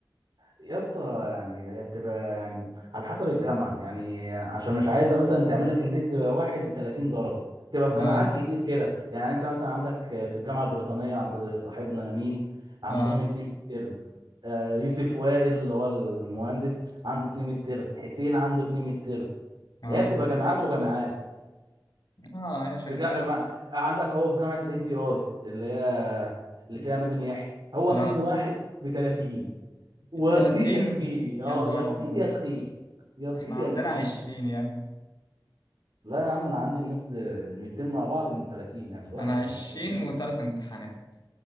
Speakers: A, on the right; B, on the left.
A: يا اسطى يعني هي بتبقى يعني على حسب الجامعه يعني عشان مش عايزه مثلا تعمل لك الميد واحد ب 30 درجه تبقى في جامعات
B: اه
A: كتير كده يعني انت مثلا عندك في الجامعه البريطانيه عند صاحبنا امين عندهم
B: اه
A: اتنين ميد ترم آه، يوسف وائل اللي هو المهندس عنده اتنين ميد ترم حسين عنده اتنين ميد ترم
B: اه
A: هي بتبقى جامعات وجامعات
B: اه هي شكلها
A: في جا...
B: كده
A: ما... عندك اهو في جامعه الام تي اي اللي هي اللي فيها مازن يحيى هو
B: اه
A: ميد واحد ب 30 وتصيب
B: 30
A: يا تخيب
B: يا
A: اه
B: نهار
A: يا تصيب
B: أبيض
A: يا تخيب يا تصيب
B: إحنا عندنا
A: يا تخيب
B: 20 يعني
A: لا يا عم انا عندي المد المدين مع بعض من 30 يعني الواحد
B: أنا
A: ب
B: 20
A: 15
B: وتلات امتحانات